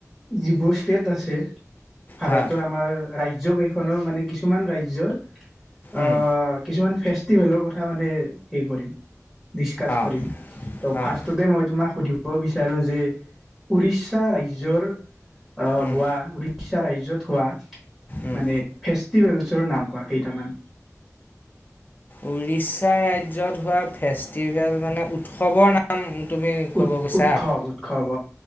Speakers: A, in the centre; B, on the left (about 35°).
A: যিবোৰ ষ্টেট আছে। ভাৰতৰ
B: হা
A: আমাৰ ৰাজ্যকেই খনৰ মানে কিছুমান ৰাজ্যৰ, অ',
B: উম
A: কিছুমান, ফেষ্টিভেলৰ কথা মানে হে কৰিম, দিচাং
B: অঁ
A: কৰিম। ত' ফাৰ্ষ্টটোতে
B: অঁ
A: মই তোমাক সুধিম ক'ব বিচাৰো যে, উৰিষ্যা ৰাজ্যৰ অ'
B: উম
A: হোৱা, উৰিষ্যা ৰাজত হোৱা,
B: উম
A: মানে ফেষ্টিভেল চৰ নাম কোৱা কেইটামান।
B: উৰিষ্যা ৰাজ্যত হোৱা ফেষ্টিভেল মানে উৎসৱৰ নাম তুমি ক'ব
A: উৎ
B: কৈছা,
A: উৎসৱ উৎসৱ